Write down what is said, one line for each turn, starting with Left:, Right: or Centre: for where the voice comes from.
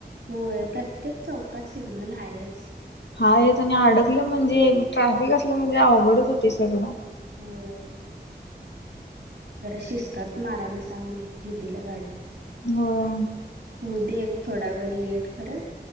Right: होय प्रत्येक चौकात सिग्नल ह्याच.
Left: हायच आणि अडकलं म्हणजे ट्राफिक असलं म्हणजे अवघडच होती सगळं.
Right: होय जरा शिस्तात मारायला सांग बाई. दिदीला गाडी
Left: होय
Right: तू दे थोडा वेळ लेट कर.